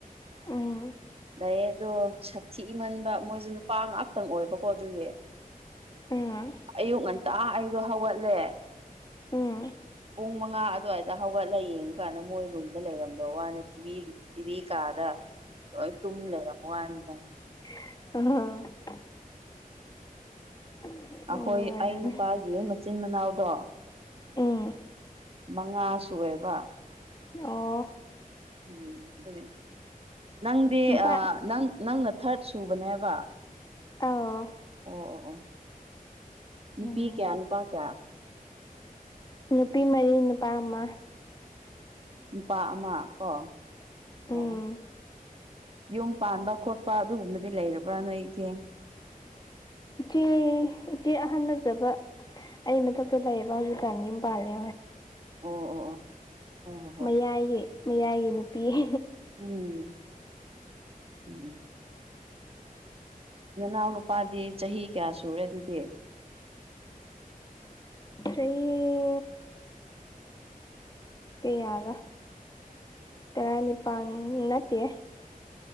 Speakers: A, on the left; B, on the right.
A: ꯎꯝ
B: ꯂꯩꯌꯦ ꯑꯗꯣ ꯁꯥꯊꯤ ꯃꯟꯕ ꯃꯣꯏꯁꯦ ꯅꯨꯄꯥ ꯉꯥꯛꯇꯪ ꯑꯣꯏꯕꯀꯣ ꯑꯗꯨꯒꯤ
A: <unintelligible>
B: ꯑꯌꯨꯛ ꯉꯟꯇꯥ ꯑꯩꯗꯣ ꯍꯧꯒꯠꯂꯦ
A: ꯎꯝ
B: ꯄꯨꯡ ꯃꯉꯥ ꯑꯗꯨꯋꯥꯏꯗ ꯍꯧꯒꯠꯂ ꯌꯦꯡꯉꯨ ꯀꯥꯟꯗ ꯃꯣꯏ ꯔꯨꯝꯗ ꯂꯩꯔꯝꯗꯕ ꯋꯥꯅꯦ ꯇꯤꯚꯤ <unintelligible> ꯇꯤꯚꯤ ꯀꯥꯔꯗ ꯂꯣꯏ ꯇꯨꯝ ꯂꯩꯔꯝ ꯋꯥꯅꯤꯗ
A: <unintelligible> ꯎꯝ
B: ꯑꯈꯣꯏ
A: ꯑꯣꯏꯔꯝꯅꯤ
B: ꯑꯩ ꯅꯨꯄꯥꯒꯤ ꯃꯆꯤꯟ ꯃꯅꯥꯎꯗꯣ
A: ꯎꯝ
B: ꯃꯉꯥ ꯁꯨꯋꯦꯕꯥ
A: ꯑꯣ
B: ꯎꯝ <unintelligible> ꯅꯪꯗꯤ
A: ꯅꯨꯄꯥ
B: ꯑ ꯅꯪ ꯅꯪꯅ ꯊꯔꯠ ꯁꯨꯕꯅꯦꯕꯥ
A: ꯑꯧ
B: ꯑꯣ ꯑꯣ ꯑꯣ ꯅꯨꯄꯤ
A: ꯎꯝ
B: ꯀꯌꯥ ꯅꯨꯄꯥ ꯀꯌꯥ
A: ꯅꯨꯄꯤ ꯃꯔꯤ ꯅꯨꯄꯥ ꯑꯃ
B: ꯅꯨꯄꯥ ꯑꯃ ꯀꯣ ꯑꯣ
A: ꯎꯝ
B: ꯑꯣ ꯌꯨꯝ ꯄꯥꯟꯕ ꯈꯣꯠꯄ ꯑꯗꯨꯒꯨꯝꯕꯗꯤ ꯂꯩꯔꯕ꯭ꯔꯥ ꯅꯣꯏꯗꯤ
A: ꯏꯆꯦ ꯏꯆꯦ ꯑꯍꯟ ꯅꯠꯇꯕ ꯑꯩ ꯃꯊꯛꯇ ꯂꯩꯌꯦꯕ ꯍꯖꯤꯛꯀꯥꯟ ꯌꯨꯝ ꯄꯥꯜꯂꯦ
B: ꯑꯣ ꯑꯣ
A: <unintelligible>
B: ꯑꯣ ꯍꯣꯏ ꯍꯣꯏ ꯍꯣꯏ
A: ꯃꯌꯥꯏꯒꯤ ꯃꯌꯥꯏꯒꯤ ꯅꯨꯄꯤ <inaudible>
B: ꯎꯝ ꯎꯝ ꯅꯅꯥꯎ ꯅꯨꯄꯥꯗꯤ ꯆꯍꯤ ꯀꯌꯥ ꯁꯨꯔꯦ ꯑꯗꯨꯗꯤ
A: ꯊ꯭ꯔꯤ ꯀꯌꯥ ꯔ ꯇꯔꯥꯅꯤꯄꯥꯟ ꯅꯠꯇꯦ <unintelligible>